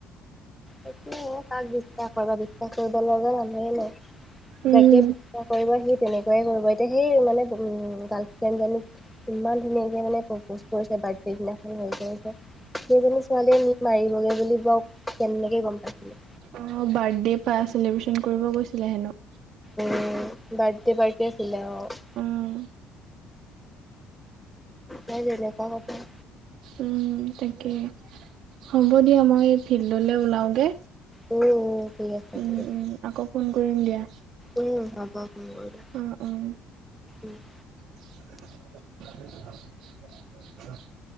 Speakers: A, in the centre; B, on the right.
A: সেইটো কাক বিশ্বাস কৰিবা, বিশ্বাস কৰিব লগা মানুহেই নাই,
B: উম,
A: বাকী কৰিব সি তেনেকুৱাই কৰিব এতিয়া সেই মানে উম গাৰ্ল ফ্ৰেণ্ডজনীক ইমান ধুনীয়াকে মানে প্ৰপজ কৰিছে বাৰ্থ দিনাখন হেৰি কৰিছে। সেইজনী ছোৱালীয়ে নি মাৰিবগে বুলি বাও কেনেকে গম পাইছিলে।
B: অঁ বাৰ্থডে পা চেলিব্ৰেচন কৰিব গৈছিলে হেনো।
A: উ, বাৰ্থডে পাৰ্টি আছিলে অঁ।
B: উম।
A: নাই যেনেকুৱা কথা
B: উম তাকে, হ'ব দিয়া মই ফিল্ডলে ওলাও গে।
A: উম ঠিক আছে। ঠিক
B: উম
A: আছে।
B: উম, আকৌ ফোন কৰিম দিয়া।
A: উম', হ'ব ফোন কৰিব
B: অ', অ'।
A: উম।
B: <unintelligible> <unintelligible>